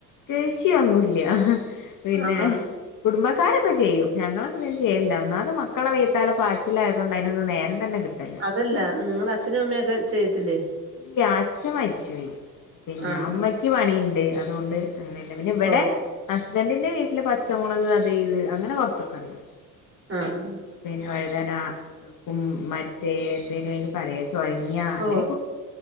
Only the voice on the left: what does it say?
കൃഷിയൊന്നൂല്യ പിന്നെ
കുടുംബക്കാരൊക്കെ ചെയ്യും ഞങ്ങളങ്ങനെന്നും ചെയ്യേല്ല ഒന്നാമത് മക്കളെ വയ്ത്താല പാച്ചിലായതോണ്ട യ്നൊന്നും നേരംതന്നെ കിട്ടലി
ഇല്ല്യ അച്ഛ മരിച്ചോയി പിന്നെ
അമ്മയ്ക്ക് പണിയുണ്ട് അതുകൊണ്ട് അങ്ങനെയല്ല പിന്നെ ഇവടെ
ഹസ്ബന്റിന്റെ വീട്ടില് പച്ചമുളക് അത് ഇത് അങ്ങനെ കൊറച്ചൊക്കെണ്ട്
പിന്നെ വഴുതന ഉം മറ്റേ എന്തേയ്നു അയ്നു പറയാ ചൊരങ്ങ്യാ അങ്ങനെ